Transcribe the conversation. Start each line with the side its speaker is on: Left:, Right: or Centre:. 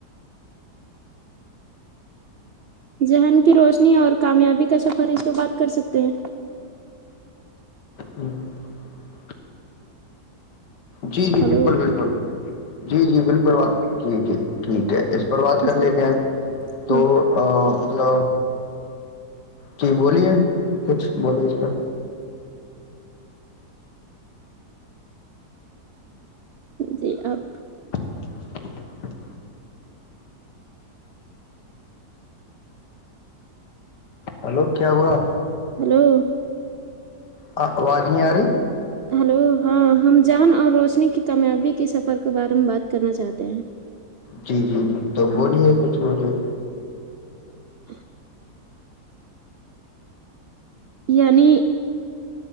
Right: ذہن کی روشنی اور کامیابی کا سفر اس پر بات کر سکتے ہیں
Left: ہ <inaudible> جی جی
Right: ہلو
Left: بالکل بالکل جی جی بالکلات جی جی جٹیک اس پر بات کر
Right: جی
Left: لیتے ہیں تو
Right: ہاں
Left: نو جی بولیے کچھ بولیے اس
Right: جی آپ
Left: <unintelligible> ہلو کیا ہوا
Right: ہیلو
Left: آ واجنی آاری
Right: ہلو ہاں ہم جہن اور روشنی کی کامیابی کے سفر کے بارے میں بات کرنا چاہتے ہیں
Left: جی جی جی تو بولیے کچھ بولیے
Right: <unintelligible> یعنی